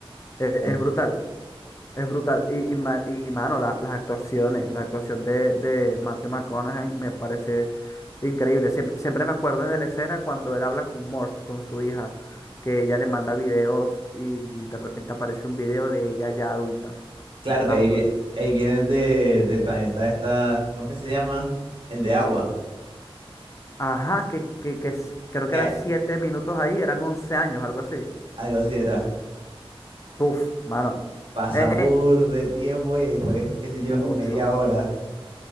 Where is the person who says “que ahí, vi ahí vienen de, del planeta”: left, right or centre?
Right